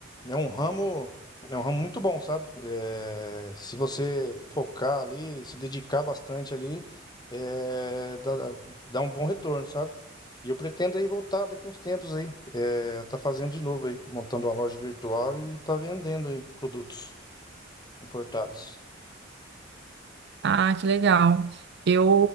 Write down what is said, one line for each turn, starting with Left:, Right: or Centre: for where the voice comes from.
Left: É um ramo, é um ramo muito bom, sabe? É, se você focar ali, se dedicar bastante ali, é, dá, dá um bom retorno, sabe? E eu pretendo aí voltar daqui uns tempos aí, é, tá fazendo de novo aí, montando uma loja virtual e tá vendendo aí produtos importados.
Right: Ah, que legal. Eu